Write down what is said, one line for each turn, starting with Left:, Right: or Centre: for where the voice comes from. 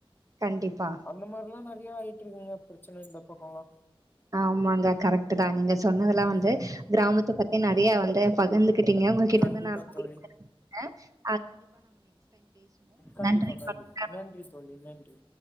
Right: கண்டிப்பா
Left: அந்த மாரிலா நெறைய ஆயி பிரச்சன இந்த பக்கல்லா
Right: ஆமாங்க கரெக்ட் தா நீங்க சொன்னதெல்லா
Left: ம் ம்
Right: வந்து கிராமத்தைப் பத்தி நெறைய வந்து பகிர்ந்துகிட்டீங்க உங் உங்ககிட்ட
Left: கண்டிப்பா
Right: வந்து நா
Left: தோழி
Right: பேசுனதுல
Left: கண்டிப்பா
Right: நன்றி
Left: கண்டிப்பா
Right: வணக்கம்
Left: நன்றி தோழி நன்றி